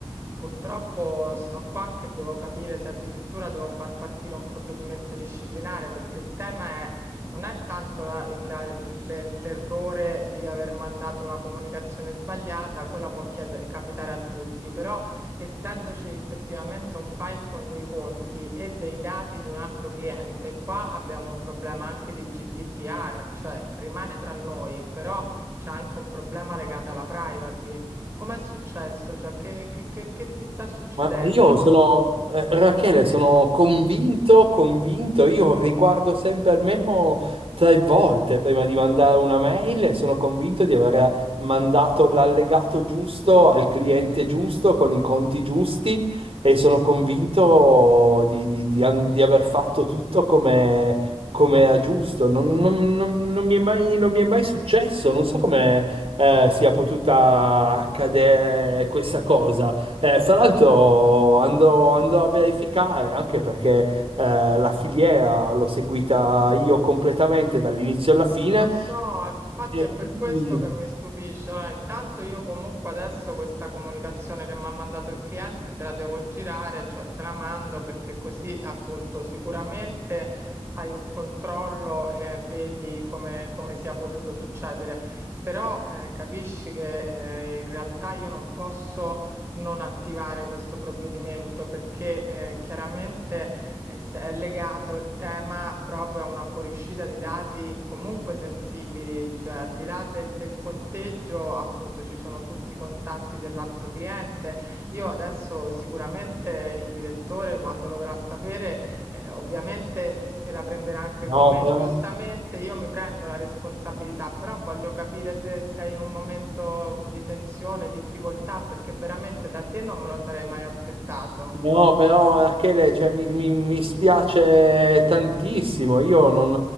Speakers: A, on the right; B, on the right.
A: purtroppo sto qua che devo capire se addirittura devo far partire un provvedimento disciplinare perché il tema non è tanto la- il- la- l'e- l'errore di aver mandato una comunicazione sbagliata, quella può chiede- capitare a tutti, però essendoci effettivamente un file con dei conti e dei dati di un altro cliente, qua abbiamo un problema anche di GDPR, cioè rimane tra noi, però c'è anche un problema legato alla privacy. Com'è successo? Cioè, che che- che- che ti sta succedendo?
B: Ma io sono, eh, Rachele, sono convinto, convinto, io riguardo sempre almeno tre volte prima di mandare una mail e sono convinto di aver mandato l'allegato giusto al cliente giusto con i conti giusti e sono convinto di, di- di an- di aver fatto tutto come, come era giusto. Non, non- non- non mi è mai, non mi è mai successo, non so come, eh, sia potuta accadere questa cosa. Eh, fra l'altro andrò, andrò a verificare anche perché eh, la filiera l'ho seguita io completamente dall'inizio alla fine
A: Lo so, infatti
B: e
A: è per
B: quindi
A: questo che mi stupisce. Allora, intanto io comunque adesso questa comunicazione che mi ha mandato il cliente te la devo girare, cioè te la mando perché così appunto sicuramente fai un controllo e vedi come, come sia potuto succedere. Però eh, capisci che eh, in realtà io non posso non attivare questo provvedimento perché eh, chiaramente è, se- è legato il tema proprio a una fuoriuscita di dati comunque sensibili, cioè al di là del, del conteggio, appunto ci sono tutti i contatti dell'altro cliente. Io adesso sicuramente il direttore, quando lo verrà a sapere, eh, ovviamente eh, se la prenderà anche
B: no,
A: con me,
B: però.
A: giustamente io mi prendo la responsabilità, però voglio capire se sei in un momento di tensione, difficoltà, perché veramente da te non me lo sarei mai aspettato.
B: No, però Rachele, cioè, mi, mi- mi spiace tantissimo, io non,